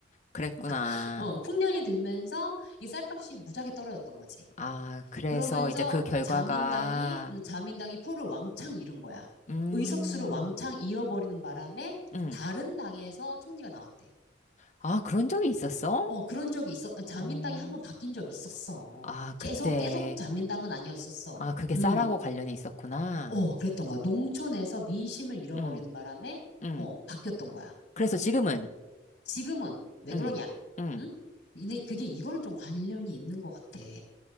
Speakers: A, on the left; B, on the left.
A: 그랬구나.
B: <laughs> 어 풍년이 들면서 이 쌀값이 무지하게 떨어졌던 거지
A: 아, 그래서
B: 그러면서
A: 이제 그 결과가,
B: 자민당이 음, 자민당이 표를 왕창 잃은 거야
A: 음,
B: 의석수를 왕창 잃어버리는 바람에
A: 음.
B: 다른 당에서 총리가 나왔대
A: 아, 그런 적이 있었어?
B: 어 그런 적이 있어 자민당이
A: 어,
B: 한 번 바뀐 적이 있었어
A: 아,
B: 계속
A: 그때.
B: 계속 자민당은 아니었었어
A: 아, 그게
B: 음
A: 쌀하고 관련이 있었구나.
B: 어, 그랬던 거야. 농촌에서 민심을 잃어버리는
A: 응,
B: 바람에,
A: 응.
B: 어, 바뀌었던 거야.
A: 그래서 지금은,
B: 지금은 왜
A: 응,
B: 그러냐?
A: 응.
B: 응? 근데 그게 이거는 좀 관련이 있는 것 같아.